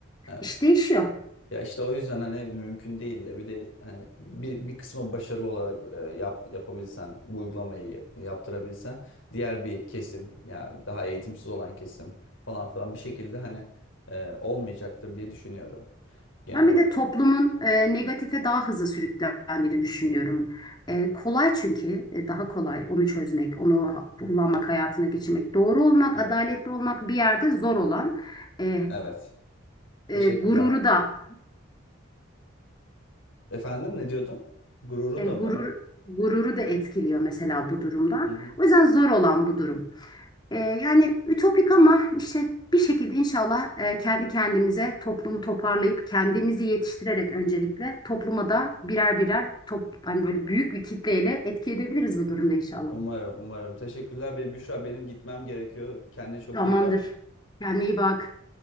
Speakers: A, on the left (about 70°); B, on the left (about 20°).
A: evet.
B: iş değişiyor.
A: Ya işte o yüzden hani mümkün değil ya. Bir de hani bir, bir kısmı başarılı olarak e, yap, yapabilsen, bu uygulamayı yaptırabilsen diğer bir kesim ya daha eğitimsiz olan kesim falan filan bir şekilde hani e, olmayacaktır diye düşünüyorum genel
B: Ben
A: olarak.
B: bir de toplumun e, negatife daha hızlı sürüklendiğini düşünüyorum. E, kolay çünkü e, daha kolay onu çözmek, onu ha- kullanmak, hayatına geçirmek. Doğru olmak,
A: Evet.
B: adaletli olmak bir yerde zor olan e,
A: Evet.
B: e,
A: Teşekkürler.
B: gururu da
A: Efendim ne diyordun? Gururu
B: E,
A: da
B: gurur
A: mı?
B: gururu da etkiliyor mesela bu durumda.
A: Hı hı.
B: O yüzden zor olan bu durum. E, yani ütopik ama işte bir şekilde inşallah e, kendi kendimize toplumu toparlayıp kendimizi yetiştirerek öncelikle topluma da birer birer top, hani böyle büyük bir kitleyle etki edebiliriz bu durumda inşallah.
A: Umarım, umarım. Teşekkürler. Benim, Büşra benim gitmem gerekiyor. Kendine çok
B: Tamamdır.
A: iyi bak.
B: Kendine iyi bak.